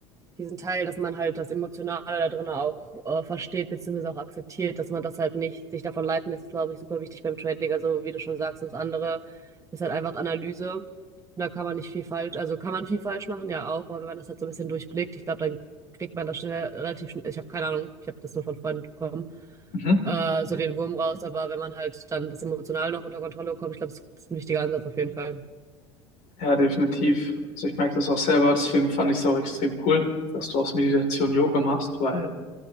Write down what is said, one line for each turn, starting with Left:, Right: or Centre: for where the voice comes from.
Right: diesen Teil, dass man halt das Emotionale da drin auch äh, versteht, beziehungsweise auch akzeptiert, dass man das halt nicht sich davon leiten lässt, ist, glaube ich, super wichtig beim Trading. Also, wie du schon sagst, das andere ist halt einfach Analyse. Und da kann man nicht viel falsch, also kann man viel falsch machen, ja auch, aber wenn man das halt so ein bisschen durchblickt, ich glaube, dann kriegt man das schnell relativ schnell, ich habe keine Ahnung, ich habe das nur von Freunden bekommen,
Left: Mhm.
Right: äh, so den Wurm raus, aber wenn man halt dann das Emotionale noch unter Kontrolle bekommt, ich glaube, das ist ein wichtiger Ansatz auf jeden Fall.
Left: Ja, definitiv. Also ich merke das auch selber, deswegen fand ich es auch extrem cool, dass du aus Meditation Yoga machst, weil